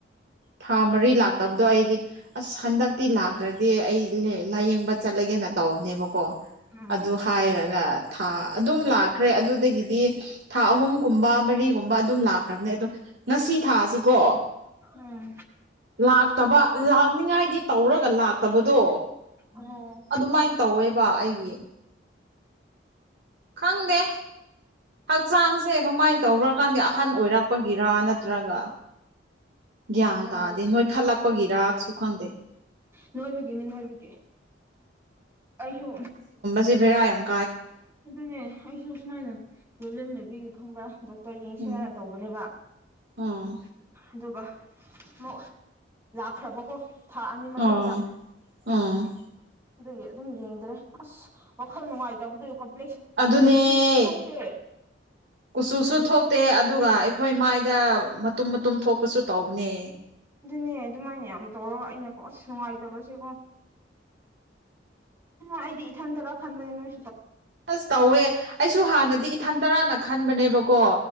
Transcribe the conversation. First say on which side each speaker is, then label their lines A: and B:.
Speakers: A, on the right (about 60°); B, on the right (about 15°).
A: ꯊꯥꯃꯔꯤ ꯂꯒ ꯇꯕꯗꯣ ꯑꯩꯗꯤ ꯑꯁ ꯍꯟꯗꯛꯇꯤ ꯂꯥꯛꯇ꯭ꯔꯗꯤ ꯑꯩ ꯂꯥꯏꯌꯦꯡꯕ ꯆꯠꯂꯒꯦꯅ ꯇꯧꯕꯅꯦꯕꯀꯣ
B: ꯎꯝ
A: ꯑꯗꯨ ꯍꯥꯏꯔꯒ ꯊꯥ ꯑꯗꯨꯝ ꯂꯥꯛ ꯈ꯭ꯔꯦ ꯑꯗꯨꯗꯒꯤꯗꯤ ꯊꯥ ꯑꯍꯨꯝꯒꯨꯝꯕ ꯃꯔꯤꯒꯨꯝꯕ ꯑꯗꯨꯝ ꯂꯥꯛꯈ꯭ꯔꯕꯅꯦ ꯑꯗꯣ ꯉꯁꯤ ꯊꯥꯁꯤꯀꯣ
B: ꯎꯝ
A: ꯂꯥꯛꯇꯕ ꯂꯥꯛꯅꯤꯡꯉꯥꯏꯗꯤ ꯇꯧꯔꯒ ꯂꯥꯛꯇꯕꯗꯣ
B: ꯑꯣ
A: ꯑꯗꯨꯃꯥꯏꯅ ꯇꯧꯋꯦꯕ ꯑꯩꯒꯤ ꯈꯪꯗꯦ ꯍꯛꯆꯥꯡꯁꯦ ꯀꯃꯥꯏꯅ ꯇꯧꯕ꯭ꯔꯀꯥꯟꯗ ꯑꯍꯟ ꯑꯣꯏꯔꯛꯄꯒꯤꯔ ꯅꯠꯇ꯭ꯔꯒ ꯒ꯭ꯌꯥꯟ
B: ꯑ
A: ꯇꯥꯗꯦ ꯅꯣꯏꯈꯠꯂꯛꯄꯒꯤꯔꯁꯨ ꯈꯪꯗꯦ
B: ꯅꯣꯏꯕꯒꯤꯅꯦ ꯅꯣꯏꯕꯒꯤ ꯑꯩꯁꯨ
A: ꯚꯕꯔ ꯌꯥꯝꯝ
B: ꯑꯗꯨꯅꯦ ꯑꯩꯁꯨ ꯀꯃꯥꯏꯅ ꯄ꯭ꯔꯣꯕ꯭ꯂꯦꯝ ꯂꯩꯕꯤꯒꯦ ꯈꯪꯕ꯭ꯔꯥ ꯗꯣꯛꯇꯔ ꯌꯦꯡꯁꯤꯔꯅ
A: ꯎꯝ
B: ꯇꯧꯕꯅꯦꯕ
A: ꯎꯝ
B: ꯑꯗꯨꯒ ꯃ ꯂꯥꯛꯈ꯭ꯔꯕꯀꯣ ꯊꯥ ꯑꯅꯤ ꯃꯇꯨꯡꯗ
A: ꯎꯝ ꯎꯝ
B: ꯑꯗꯨꯒꯤ ꯑꯗꯨꯝ ꯌꯦꯡꯗ꯭ꯔꯦ ꯑꯁ ꯋꯥꯈꯜ ꯅꯨꯡꯉꯥꯏꯇꯕꯗ ꯭ꯂ ꯀꯆꯨ
A: ꯑꯗꯨꯅꯦ
B: ꯊꯣꯛꯦ
A: ꯀꯨꯆꯨꯁꯨ ꯊꯣꯛꯇꯦ ꯑꯗꯨꯒ ꯑꯩꯈꯣꯏ ꯃꯥꯏꯗ ꯃꯇꯨꯝ ꯃꯇꯨꯝ ꯊꯣꯛꯄꯁꯨ ꯇꯧꯕꯅꯦ
B: ꯑꯗꯨꯅꯦ ꯑꯗꯨꯃꯥꯏꯅ ꯌꯥꯝ ꯇꯧꯔꯒ ꯑꯩꯅꯀꯣ ꯑꯁ ꯅꯨꯡꯉꯥꯏꯇꯕꯁꯦꯀꯣ ꯑꯩꯗꯤ ꯏꯊꯟ ꯇꯔꯣ ꯈꯟꯗꯅꯦ ꯅꯣꯏ
A: ꯑꯁ ꯇꯧꯋꯦ ꯑꯩꯁꯨ ꯍꯥꯟꯅꯗꯤ ꯏꯊꯟ ꯇꯔꯥꯅ ꯈꯟꯕꯅꯦꯕꯀꯣ ꯀꯣ